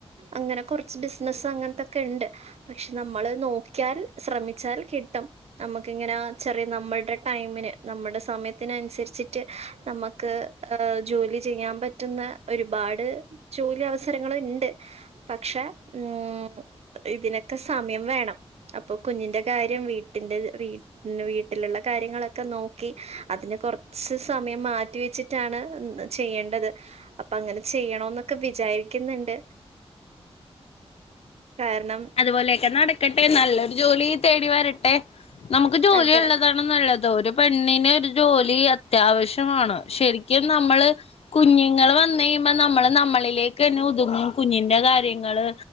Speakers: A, on the right; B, on the left.
A: അങ്ങനെ കുറച്ച് ബിസിനസ്സ് അങ്ങനത്തൊക്കെ ഉണ്ട് പക്ഷെ നമ്മള് നോക്കിയാൽ ശ്രമിച്ചാൽ കിട്ടും നമുക്കിങ്ങനെ ചെറിയ നമ്മള്ടെ ടൈമിന് നമ്മുടെ സമയത്തിനനുസരിച്ചിട്ട് നമ്മക്ക് ങ് ജോലി ചെയ്യാൻ പറ്റുന്ന ഒരുപാട് ജോലി അവസരങ്ങൾ ഇണ്ട് പക്ഷെ ഉം ഇതിനൊക്കെ സമയം വേണം അപ്പൊ കുഞ്ഞിന്റെ കാര്യം വീട്ടിന്റെ വീ വീട്ടിലുള്ള കാര്യങ്ങളൊക്കെ നോക്കി അതിന് കൊറ് ച്ച് സമയം മാറ്റി വെച്ചിട്ടാണ് ചെയ്യേണ്ടത് അപ്പൊ അങ്ങനെ ചെയ്യ ണൊന്നെക്കെ വിചാരിക്കുന്ന്ണ്ട് കാരണം
B: അതുപോലെയൊക്കെ നടക്കട്ടെ നല്ലൊരു ജോലി തേടി വരട്ടെ നമുക്ക് ജോലി
A: അതെ
B: ഉള്ളതാ നല്ലത് ഒരു പെണ്ണിന് ഒരു ജോലി അത്യാവശ്യമാണ് ശരിക്കും നമ്മള് കുഞ്ഞുങ്ങൾ വന്നഴിയുമ്പ നമ്മള് നമ്മളിലേക്ക് തന്നെ ഒതുങ്ങും കുഞ്ഞിന്റെ കാര്യങ്ങള്